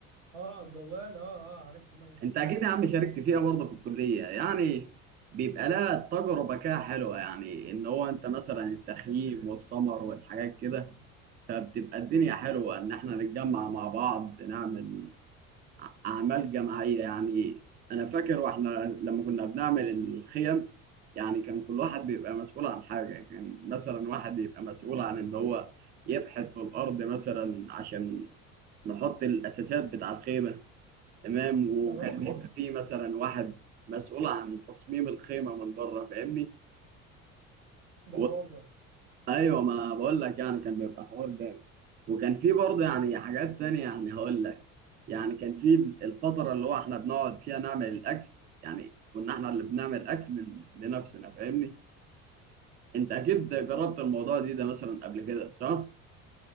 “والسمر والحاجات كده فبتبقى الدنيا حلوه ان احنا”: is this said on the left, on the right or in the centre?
Right